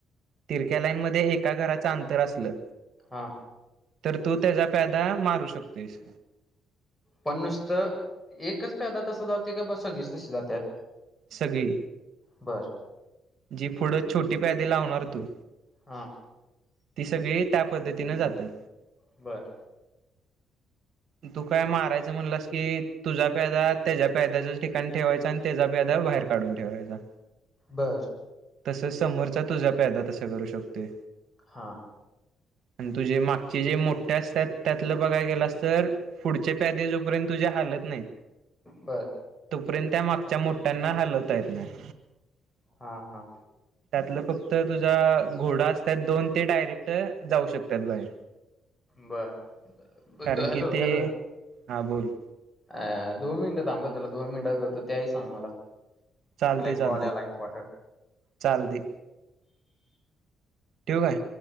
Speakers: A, on the right (about 70°); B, on the left (about 20°).
A: तिरक्यालाईनमध्येध्ये एका घराचं अंतर असलं.
B: हा.
A: तर तू त्याचा प्यादा मारू शकतेोस.
B: पण नुसतं एकच प्यादा तसं जावते का बा सगळीच तशी जातात.
A: सगळी.
B: बरं.
A: जी पुढं छोटी प्यायदे लावणार तू
B: हा
A: ती सगळी. त्या पद्धतीने जातात.
B: बरं.
A: तू काय मारायचं म्हणलास की तुझा प्याजा त्याच्या प्याद्याच्याच ठिकाणी ठेवायचा आणि त्याचा प्यादा. बाहेर काढून ठेवायचा.
B: बर
A: तस समोरचा तुझा फ्यायदा तसा करू शकते.
B: हां.
A: आणि तुझे मागचे जे मोठे असतात त्यातलं बघाय गेलं असत. सर पुढच्या प्यादेजोपर्यंत तुझ्या हालत नाही.
B: बर
A: तोपर्यंत त्या मागच्या मोठ्यांना हलवता येत नाही.
B: हा हा.
A: त्यातलं फक्त तुझा घोडा असतात दोन ते डायरेक्ट जाऊ शकतात बाहेर.
B: बर ब
A: कारण
B: हॅलो
A: की ते
B: हॅलो.
A: हा बोल.
B: अ दोन मिनिट थांबत त्याला दोन मिनिटात करतो त्याही सांग मला.
A: चालते
B: मला एक
A: चालते
B: कॉल आला इम्पॉर्टंट
A: चालते. ठेव काय.